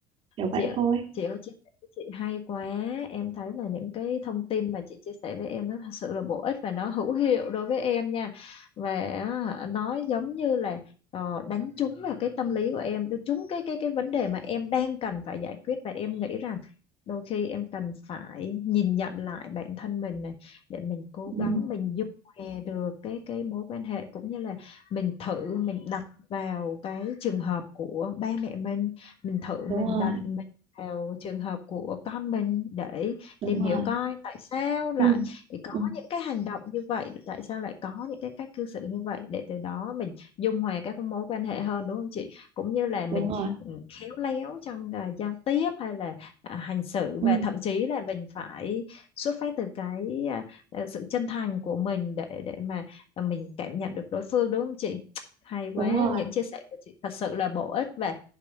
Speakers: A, on the right; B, on the left.
A: kiểu
B: chị
A: vậy
B: ạ-
A: thôi
B: chị ơi chia sẻ với chị hay quá em thấy là những cái thông tin mà chị chia sẻ với em nó thật sự là bổ ích và nó hữu hiệu đối với em nha và á, nó giống như là ờ, đánh trúng vào cái tâm lý của em đánh trúng cái cái cái vấn đề mà em đang cần phải giải quyết và em nghĩ rằng đôi khi em cần phải nhìn nhận lại bản thân mình này để mình cố
A: ừ,
B: gắng mình dung hòa được cái cái mối quan hệ cũng như là mình thử mình đặt vào cái trường hợp của ba mẹ mình mình thử
A: đúng
B: mình
A: rồi
B: đặt vào trường hợp của con mình để
A: đúng
B: tìm
A: rồi
B: hiểu coi tại sao lại
A: ừ,
B: có
A: ừ,
B: những cái hành động như vậy, tại sao lại có những cái cách cư xử như vậy để từ đó mình dung hòa các mối quan hệ hơn đúng không chị? Cũng như là mình
A: đúng rồi
B: ừ, khéo léo trong à, giao tiếp hay là à, hành xử
A: ừ,
B: và thậm chí là mình phải xuất phát từ cái à, à, sự chân thành của mình để để mà à, mình cảm nhận được đối phương đúng không chị? Hay quá,
A: đúng rồi
B: những chia sẻ của chị thật sự là bổ ích và